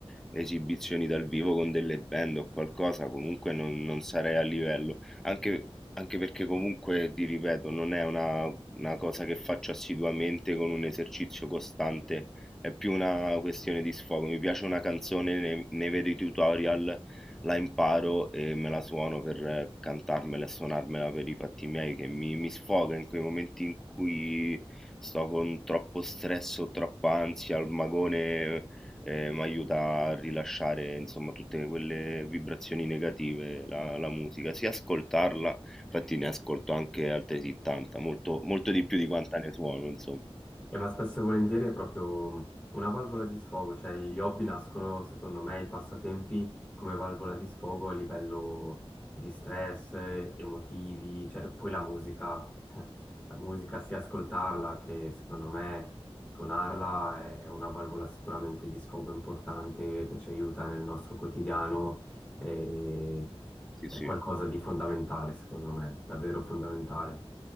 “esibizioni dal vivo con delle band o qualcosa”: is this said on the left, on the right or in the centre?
Centre